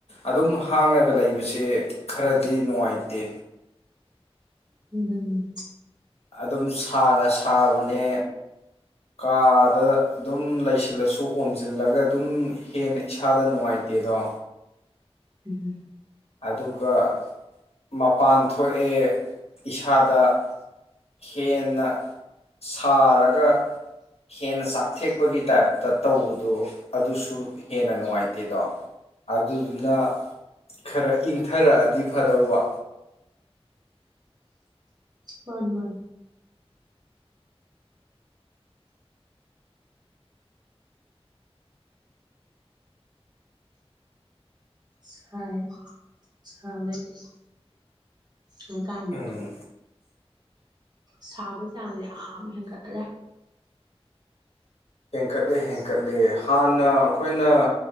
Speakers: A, on the left (about 75°); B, on the right (about 40°).
A: ꯑꯗꯨꯝ ꯍꯥꯡꯉꯒ ꯂꯩꯕꯁꯦ ꯈꯔꯗꯤ ꯅꯨꯡꯉꯥꯏꯇꯦ
B: ꯎꯝ
A: ꯑꯗꯨꯝ ꯁꯥꯒ ꯁꯥꯕꯅꯦ ꯀꯥꯗ ꯑꯗꯨꯝ ꯂꯩꯁꯤꯜꯂꯁꯨ ꯑꯣꯝꯖꯤꯜꯂꯒ ꯑꯗꯨꯝ ꯍꯦꯟꯅ ꯏꯁꯥꯗ ꯅꯨꯡꯉꯥꯏꯇꯦꯗꯣ
B: ꯎꯝ
A: ꯑꯗꯨꯒ ꯃꯄꯥꯟ ꯊꯣꯛꯑꯦ ꯏꯁꯥꯗ ꯍꯦꯟꯅ ꯁꯥꯔꯒ ꯍꯦꯟꯅ ꯆꯥꯛꯊꯦꯛꯄꯒꯤ ꯇꯥꯏꯞꯇ ꯇꯧꯕꯗꯣ ꯑꯗꯨꯁꯨ ꯍꯦꯟꯅ ꯅꯨꯡꯉꯥꯏꯇꯦꯗꯣ ꯑꯗꯨꯗꯨꯅ ꯈꯔ ꯏꯪꯊꯔꯛꯑꯗꯤ ꯐꯗꯧꯕ
B: ꯃꯥꯅꯤ ꯃꯥꯅꯤ ꯁꯥꯏ ꯁꯕꯩꯗꯤ ꯍꯧꯖꯤꯛ ꯀꯥꯟꯁꯦ
A: ꯎꯝ
B: ꯁꯥꯕꯩ ꯆꯥꯡꯁꯦ ꯌꯥꯝ ꯍꯦꯟꯒꯠꯂꯦ
A: ꯍꯦꯟꯀꯠꯂꯦ ꯍꯦꯟꯀꯠꯂꯦ ꯍꯥꯟꯅ ꯑꯩꯈꯣꯏꯅ